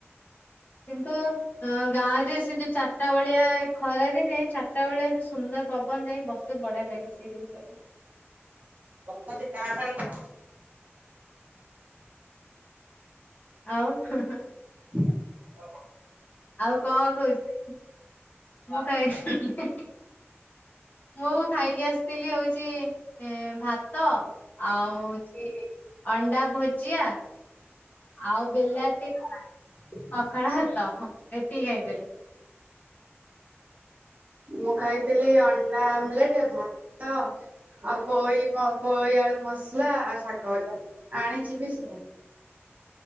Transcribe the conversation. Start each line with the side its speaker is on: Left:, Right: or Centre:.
Left: କିନ୍ତୁ ଅ ଗାଁ ରେ ସେ ଯୋଉ ଚାରିଟା ବେଳିଆ ଖରା ରେ ଚାରିଟା ବେଳିଆ ଯୋଉ ସୁନ୍ଦର ପବନ ହୁଏ ବାସ୍ ସେ ବଢିଆ ଲାଗେ ସେ କିିନିଷ <unintelligible>
Right: <unintelligible>
Left: ଆଉ <unintelligible>
Right: <inaudible>
Left: ଆଉ କଣ କହୁଛୁ ମୁଁ ଖାଇ ସାରି ଲିନି? ମୁଁ ଖାଇକି ଆସିଥିଲି ହଉଛି ଭାତ। ଆଉ ଅଣ୍ଡା ଭୁଜିଆ। ଆଉ ବିଲାତି ଛଣା ପଖାଳ ଭାତ ଏତିକି ଖାଇଥିଲି।
Right: ମୁଁ ଖାଇଥିଲି ଅଣ୍ଡା ଆମଲେଟ ଭାତ। ଆଉ ପୋଇ ମ ପୋଇ ଆଳୁ ମସଲା ଆଉ ଶାାଗ ଭଜା ଆଣିଯିବି ସେଇଆ।